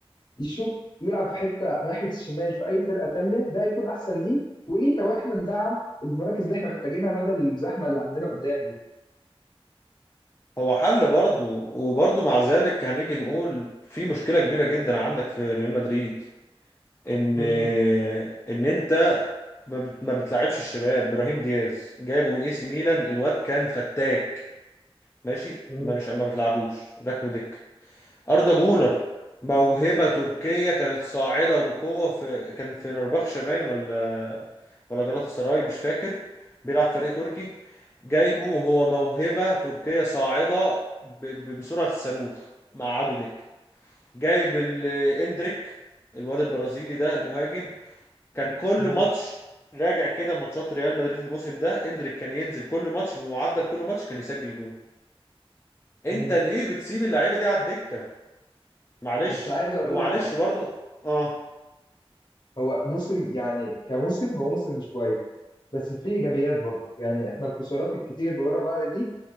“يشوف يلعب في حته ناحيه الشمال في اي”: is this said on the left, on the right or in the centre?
Left